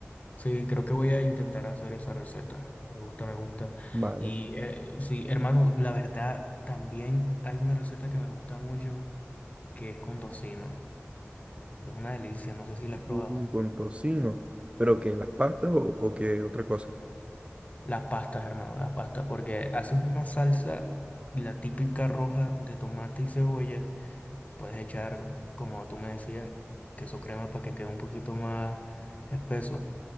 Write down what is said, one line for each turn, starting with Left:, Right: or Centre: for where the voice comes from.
Left: Sí, creo que voy a intentar hacer esa receta. Me gusta, me gusta.
Right: Vale.
Left: Y eh, sí, hermano, la verdad, también hay una receta que me gusta mucho, que es con tocino. Es una delicia, no sé si la has probado.
Right: Ujú. Con tocino, pero que las pastas o, o qué otra cosa.
Left: Las pastas, hermano, las pastas, porque haces una salsa, la típica roja de tomate y cebolla. Puedes echar, como tú me decías, queso crema para que quede un poquito más espeso.